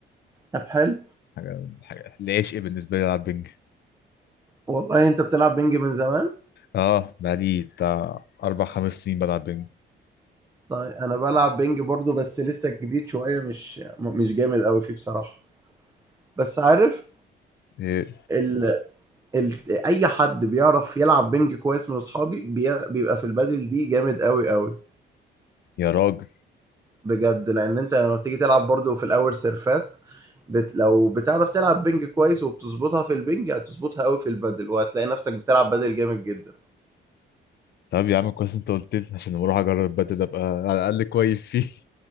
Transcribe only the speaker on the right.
طب حلو
والله أنت بتلعب بينج من زمان؟
طيب انا بلعب بينج برضو بس لسه جديد شويه مش مش جامد قوي فيه بصراحه بس عارف
ال... ال... اي حد بيعرف يلعب بينج كويس من اصحابي بي... بيبقى في البادل دي جامد قوي قوي
بجد لان انت لما بتيجي تلعب برضو في الاول سيرفات بت... لو بتعرف تلعب بينج كويس وبتظبطها في البينج هتظبطها قوي في البادل وهتلاقي نفسك بتلعب بادل جامد جدا